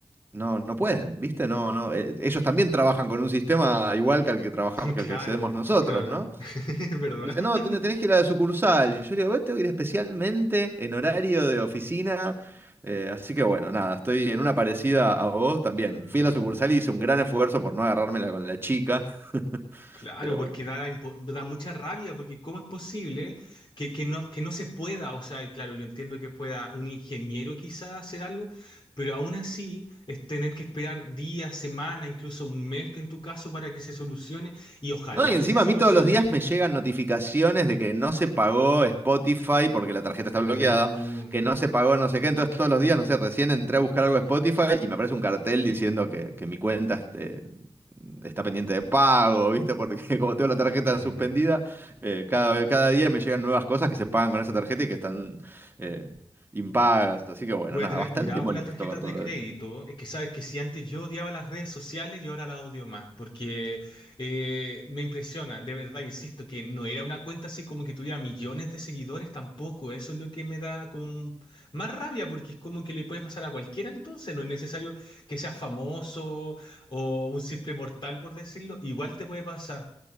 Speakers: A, on the right; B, on the left.
A: no, no pueden, ¿viste? No, no, eh, ellos también trabajan con un sistema igual que al que trabajamos,
B: <laughs>
A: que
B: Claro,
A: al que accedemos nosotros,
B: claro.
A: ¿no?
B: <laughs> Es verdad.
A: Y me dicen,
B: <laughs>
A: no, ten- tenés que ir a la sucursal. Y yo digo, "Bueno, tengo que ir especialmente en horario de oficina. Eh, así que bueno, nada, estoy en una parecida a vos también.
B: Mm.
A: Fui a la sucursal y hice un gran esfuerzo por no agarrármela con la chica, <laughs>
B: Claro,
A: pero
B: porque
A: bueno.
B: da, impo- da mucha rabia, porque ¿cómo es posible que, que no, que no se pueda? O sea, y claro, yo entiendo que pueda un ingeniero quizás hacer algo, pero aún así es tener que esperar días, semanas, incluso un mes que en tu caso para que se solucione, y ojalá
A: No, y encima
B: que se solucione.
A: a mí todos los días me llegan notificaciones de que no se pagó Spotify porque la tarjeta está
B: Bu.
A: bloqueada, que no se pagó no sé qué. Entonces todos los días, no sé, recién entré a buscar algo de Spotify y me aparece un cartel diciendo que, que mi cuenta este, está pendiente de pago, ¿viste? Porque <laughs> como tengo la tarjeta
B: Mm.
A: suspendida, eh, cada, ve- cada día me llegan nuevas cosas que se pagan con esa tarjeta y que están eh, impagas. Así que bueno,
B: Voy
A: nada,
B: a tener
A: bastante
B: cuidado
A: molesto
B: con las tarjetas
A: con todo
B: de crédito.
A: eso.
B: Es que sabes que si antes yo odiaba las redes sociales, yo ahora las odio más, porque eh, me impresiona, de verdad, insisto, que no era una cuenta así como que tuviera millones de seguidores tampoco. Eso es lo que me da como un- más rabia, porque es como que le puede pasar a cualquiera entonces. No es necesario que seas famoso o un simple mortal, por decirlo. Igual te puede pasar.